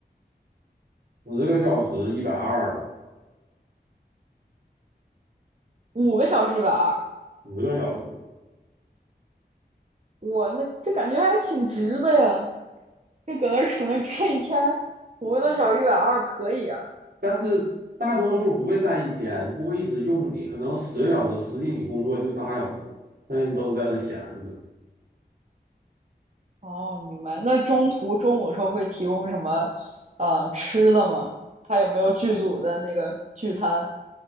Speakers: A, on the right (about 60°); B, on the right (about 40°).
A: 十个小时一百二吧，
B: 五个小时一百二，
A: 十个小时。
B: 我那这感觉还挺值的呀。就搁那杵那站一天，<laughs> 五个多小时一百二可以啊。
A: 但是大多数不会占一天，不会一直用你，可能十个小时，实际你工作就仨小时，剩下你都是在那闲着。
B: 哦，明白。那中途中午的时候会提供什么，呃，吃的吗？他有没有剧组的那个聚餐？